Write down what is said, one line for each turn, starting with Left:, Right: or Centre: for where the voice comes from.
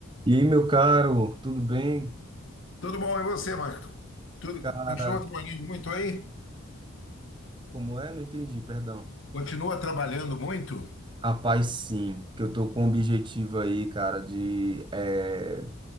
Right: E aí, meu caro, tudo bem?
Left: Tudo bom, e você, Marco? Tudo,
Right: Cara,
Left: continua trabalhando muito aí?
Right: como é? Não entendi, perdão.
Left: Continua trabalhando muito?
Right: Rapaz, sim, que eu tô com o objetivo aí, cara, de eh,